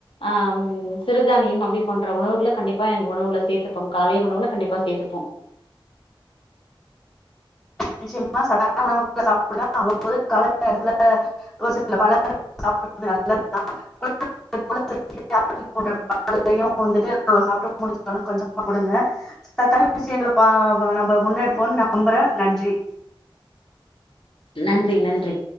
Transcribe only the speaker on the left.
ஆ ம் சிறுதானியம் அப்டி போன்ற உணவுகள கண்டிப்பா எங்க உணவுல சேர்த்துப்பம் காலை உணவுல கண்டிப்பா சேர்த்துப்போம்
<inaudible>
நன்றி நன்றி